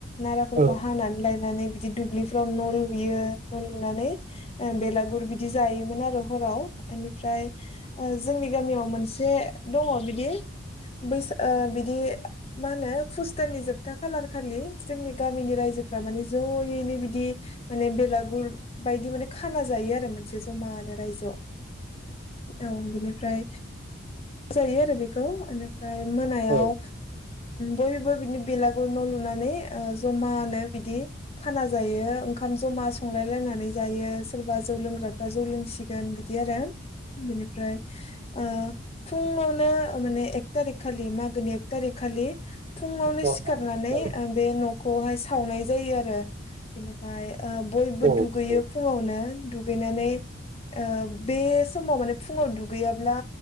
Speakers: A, on the left (about 30°); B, on the right (about 35°).
A: नाराफोरखौ
B: औ औ
A: हानानै लायनानै बिदि दुब्लि फ्राव न' लुयो न' लुनानै बेलागुर बिदि जायोमोन आरो हराव बेनिफ्राय ओ जोंनि गामियाव मोनसे दङ बिदि बैसा बिदि मा होनो पुष दाननि जोबथा खालार खालि जोंनि गामिनि रायजोफ्रा मानि जयैनो बिदि माने बेलागुर बायदि माने खाना जायो आरो मोनसे जमानो रायजोआव औ बिनिफ्राय जायो आरो बेखौ बेनिफ्राय मोनायाव
B: औ
A: बयबो बिनि बेलागुर न' लुनानै ओ जमानो बिदि खाना जायो ओंखाम जमा संलाय लायनानै जायो सोरबा जौ लोंग्राफ्रा जौ लोंसिगोन बिदि आरो बिनिफ्राय ओ फुङावनो माने एक थारिक खालि मागोनि एक थारिख खालि फुङावनो
B: नंगौ
A: सिखारनानै
B: औ औ नंगौ
A: बे न'खौहाय सावनाय जायो आरो बेनिफ्राय बयबो ओ
B: औ
A: दुगैयो
B: औ
A: फुङावनो दुगैनानै ओ बे समाव माने फुङाव दुगैयाब्ला